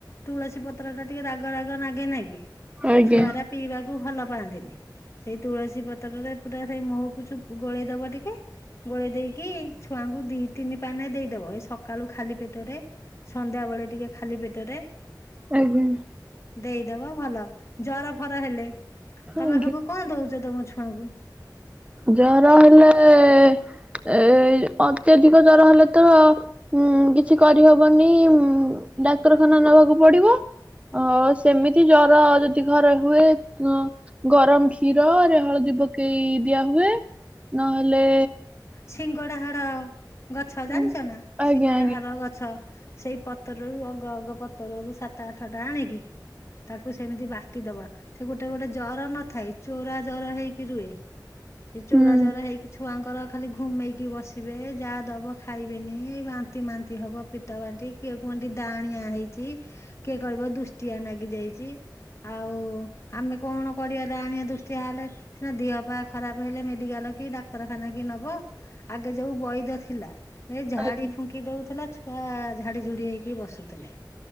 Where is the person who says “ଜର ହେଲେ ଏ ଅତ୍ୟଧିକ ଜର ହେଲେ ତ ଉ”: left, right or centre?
Right